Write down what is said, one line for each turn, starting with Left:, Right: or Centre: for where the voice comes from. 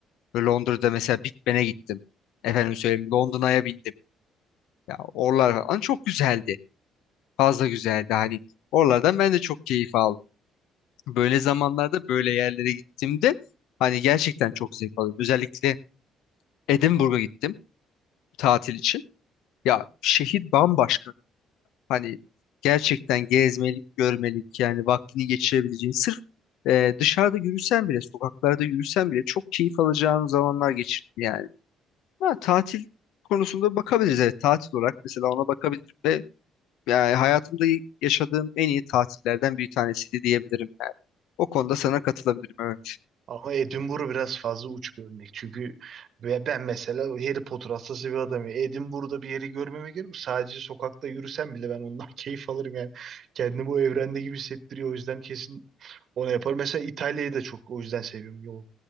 Left: Böyle Londra'da mesela Big Ben'e gittim. Efendim söyleyeyim Londra'ya bindim. Ya oralar falan çok güzeldi. Fazla güzeldi hani. Oralardan ben de çok keyif aldım. Böyle zamanlarda böyle yerlere gittiğimde hani gerçekten çok zevk alıyorum. Özellikle Edinburgh'a gittim tatil için. Ya şehir bambaşka. Hani gerçekten gezmelik, görmelik yani vaktini geçirebileceğin sırf e, dışarıda yürüsen bile, sokaklarda yürüsen bile çok keyif alacağın zamanlar geçirdim yani. Ha, tatil konusunda bakabiliriz. Evet, tatil olarak mesela ona bakabilirim ve yani hayatımda yaşadığım en iyi tatillerden bir tanesiydi diyebilirim yani. O konuda sana katılabilirim.
Right: Ama Edinburgh biraz fazla uç bir örnek. Çünkü ve ben mesela Harry Potter hastası bir adamım. Edinburgh'da bir yeri görmeme gerek yok. Sadece sokakta yürüsem bile ben ondan <laughs> keyif alırım yani. Kendimi bu evrende gibi hissettiriyor. O yüzden kesin Onu yapar. Mesela İtalya'yı da çok o yüzden seviyorum. O